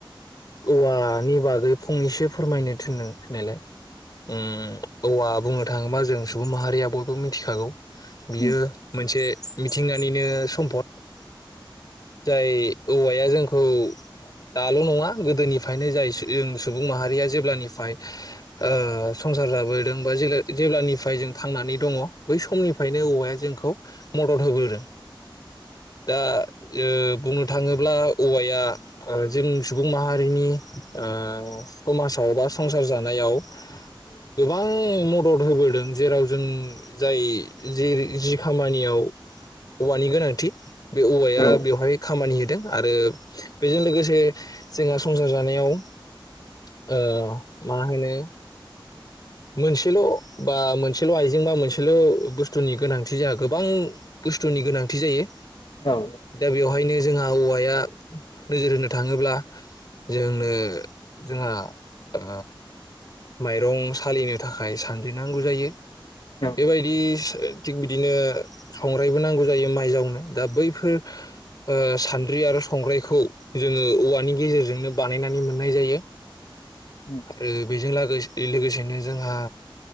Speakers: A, on the left (about 50°); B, on the left (about 65°).
A: औवानि बागै फंनैसो फोरमायनो थिनदों थिननायलाय उम औवा बुंनो थाङोबा जों सुबुं माहारिया बयबो मिथिखागौ बियो
B: उम
A: मोनसे मिथिंगानिनो सम्पद जाय औवाया जोंखौ दाल' नङा गोदोनिफ्रायनो जाय जों सुबुं माहारिया जेब्लानिफ्राय ओ संसार जाबो दों बा जेब्लानिफ्राय जों थांनानै दङ बै समनिफ्रायनो औवाया जोंखौ मदद होबोदों दा ओ बुंनो थाङोब्ला औवाया ओ जों सुबुं माहारिनि ओ समाजाव बा संसार जानायाव गोबां मदद होबोदों जेराव जों जाय जेरै जि खामानियाव औवानि गोनांथि बे औवाया
B: औ
A: बेवहाय खामानि होदों आरो बेजों लोगोसे जोंहा संसार जानायाव ओ मा होनो मोनसेल' बा मोनसेल' आइजें बा मोनसेल' बुस्थुनि गोनांथि जोंहा गोबां बुस्थुनि गोनांथि जायो
B: औ
A: दा बेवहायनो जोंहा औवाया नोजोर होनो थाङोब्ला जोंनो जोंहा ओ माइरं सालिनो थाखाय सानद्रि नांगौ जायो
B: औ औ
A: बेबायदि थिग बिदिनो संग्रायबो नांगौ जायो माइ जावनो दा बैफोर ओ सान्द्रि आरो संग्रायखौ जोङो औवानि गेजेरजोंनो बानायनानै मोननाय जायो
B: उम
A: आरो बेजों ला लोगोसेनो जोंहा